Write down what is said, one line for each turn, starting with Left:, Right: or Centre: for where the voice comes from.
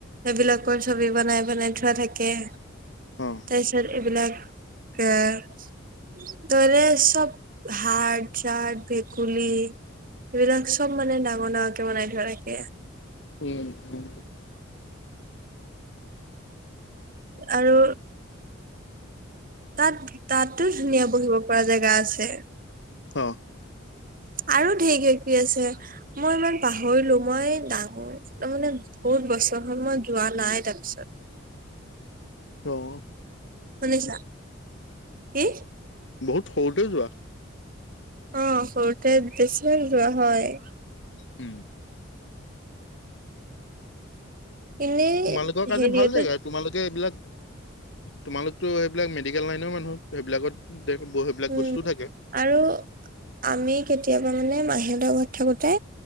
Right: সেইবিলাকৰ ছবি বনাই বনাই থোৱা থাকে।
Left: অ'।
Right: তাৰ পিছত এইবিলাক কে- দৰে চব সাপ চাফ ভেকুলী- এইবিলাক চব মানে ডাঙৰ ডাঙৰকে বনাই থোৱা থাকে।
Left: উম উম।
Right: আৰু তাত তাতো ধুনীয়া বহিব পৰা জেগা আছে।
Left: অ',
Right: আৰু ঢেৰ কিবা কিবি আছে মই ইমান পাহৰিলোঁ মই ডাঙৰ। তাৰ মানে বহুত বছৰ হল মই যোৱা নাই তাৰপিছত।
Left: অহ
Right: শুনিছা কি?
Left: বহুত সৰুতে যোৱা।
Right: অহ সৰুতে বেছিমান যোৱা হয়।
Left: উম
Right: এনেই
Left: তোমালোকৰ কাৰণে
Right: হেৰিত-
Left: ভাল জেগা তোমালোকে এইবিলাক, তোমালোকতো সেইবিলাক মেডিকেল লাইনৰ মানুহ। ত সেইবিলাকত সেইবিলাক
Right: উম
Left: বস্তুও থাকে।
Right: আৰু আমি কেতিয়াবা মানে মাহী হেতৰ ঘৰত থাকোঁতে